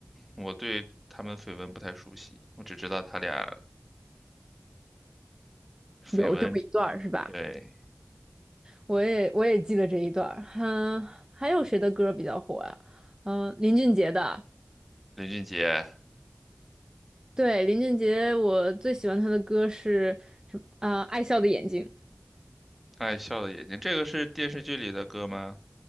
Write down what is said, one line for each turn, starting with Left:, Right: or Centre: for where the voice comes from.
Centre: 我对他们绯闻不太熟悉，我只知道他俩绯闻。
Right: 有这么一段儿是吧？
Centre: 对，
Right: 我也我也记得这一段儿。嗯，还有谁的歌比较火呀、嗯、林俊杰的。
Centre: 林俊杰
Right: 对，林俊杰，我最喜欢他的歌是什么？啊、爱笑的眼睛。
Centre: 《爱笑的眼睛》，这个是电视剧里的歌吗？